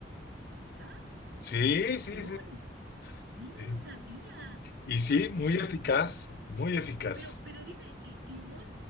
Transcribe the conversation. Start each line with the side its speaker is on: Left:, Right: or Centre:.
Right: ¿Ah?
Left: Sí, sí,
Right: ¡Jamón!
Left: sí. sí.
Right: Mira,
Left: Sí.
Right: no sabía.
Left: Y sí, muy eficaz, muy eficaz.
Right: Pero, pero dime, li- limón,